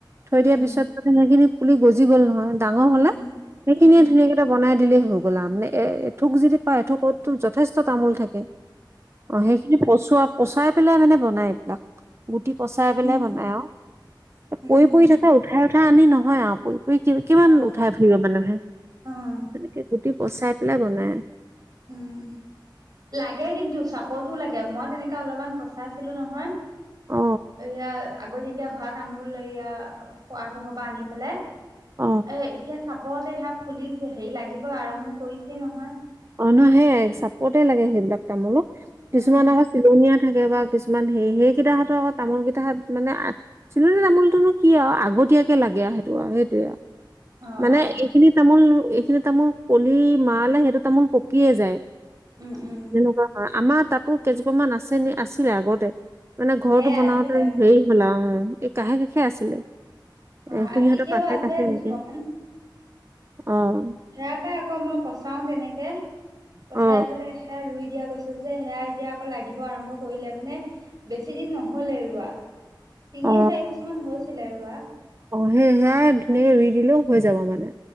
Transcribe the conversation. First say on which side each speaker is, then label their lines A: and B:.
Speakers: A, on the right; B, on the right.
A: থৈ
B: উম
A: দিয়াৰ পিছত মে সেইখিনিয়ে পুলি গজি গ'ল নহয় ডাঙৰ হ'লে
B: উম
A: সেইখিনিয়ে
B: উম
A: ধুনীয়াকে বনাই দিলেই হৈ গ'ল মানে এথুক যদি পাৰ এথুকতো যথেষ্ট তামোল থাকে। অ', সেইখিনি পচোৱা পচাই পেলাই মানে বনাই এইবিলাক। গুটি পচা পেলে
B: উম
A: বনাই আৰু
B: উম
A: পৰি
B: উম
A: পৰি থকা উঠাই আনি নহয় আৰু। কি কিমান
B: অ',
A: উঠাই ফুৰিব মানুহে
B: অ',
A: গুটি পচাই পেলাই বনাই।
B: উম, লাগে কিন্তু চাপটো লাগে মই তেনেকে অলপমান পচাইছিলো নহয়।
A: অ
B: এয়া আগত এতিয়া হোৱা তামোল এয়া খোৱাহঁতৰ ঘৰৰ পৰা আনি পেলাই।
A: অ
B: এ এতিয়া চাপৰতে হেয়া ফুলিছে হেৰি লাগিব আৰম্ভ কৰিছে নহয়।
A: অ', নহয় সেইয়াই চাপতে লাগে সেইবিলাক তামোলো। কিছুমান
B: উম,
A: আকৌ চিলনীয়া থাকে বা কিছুমান হেৰি হেৰি কিতাহঁতৰ আজৌ তামোল কিতাহঁত মানে চিলনী তামোলটোনো কি আৰু আগতীয়াকে লাগে আৰু সেইটো আৰু সেইটয়ে আৰু।
B: অ',
A: মানে
B: অ',
A: এইখিনি তামোল এইখিনি তামোল কলি মাৰালে সিটো তামোল পকিয়ে যায়
B: উম, উম,
A: তেনেকুৱা। আমাৰ তাতো কেইজোপ মান আছে নি আছিলে আগতে। মানে ঘৰটো
B: সেয়া
A: বনাওতে
B: আছিলে
A: হেৰি হ'ল আৰু উম। এই কাষে কাষে আছিলে।
B: অ',
A: এ খুৰীসিহঁতৰ
B: এতিয়াও
A: কাষে
B: আছে
A: কাষে
B: দুজোপামান
A: এনেকে অ'।
B: সেয়া পাই আকৌ মই পচাও তেনেকে পচাই
A: অ
B: পেলাই সেয়া ৰুই দিয়া গৈছে। যে সেয়া এতিয়া আকৌ লাগিব আৰম্ভ কৰিলে মানে বেছি দিন নহ'লে ৰোৱা। তিনি
A: অ
B: চাৰি বছৰ মান হৈছিলে ৰোৱা।
A: অ', সে সেইয়ায়ে ধুনীয়াকে ৰুই দিলেও হৈ যাব মানে